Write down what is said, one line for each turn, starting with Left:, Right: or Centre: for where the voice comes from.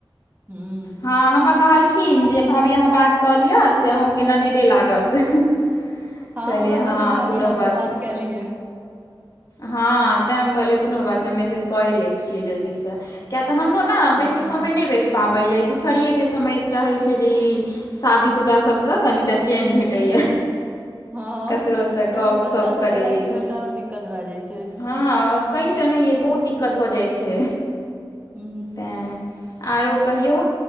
Right: हूं
Left: हँ हमरा कहलखिन जे भाभी अहाँ बात कऽ लिअ से अहूँके ननैदे लागत। <inaudible>
Right: हँ हमरो कहलकै
Left: हँ
Right: भाभी
Left: कोनो
Right: लगतौ बात
Left: नहि
Right: क लियै।
Left: हँ तैं हम कहलियै कोनो बात न‌इ मैसेज क‌ऐ लै छियै जल्दीस। किया तऽ हमरो न
Right: हूँ
Left: बेसी समय न‌इ बैच पाबैय, दुपहरियेके समय एकटा होइ छै जे ई शादी- शुदा सबके कनिटा चेन भेटैए।
Right: हँ
Left: ककरोसँ
Right: ताहिमे
Left: गपशप
Right: बच्चा
Left: करय
Right: सब के लायक
Left: लेल
Right: तऽ कनिटा और दिक्कत भए जाइ छै।
Left: हँ कनिटा न‌इ अइ बहुत दिक्कत भऽ जाइ छै।
Right: हूं
Left: उं आरो कहियौ?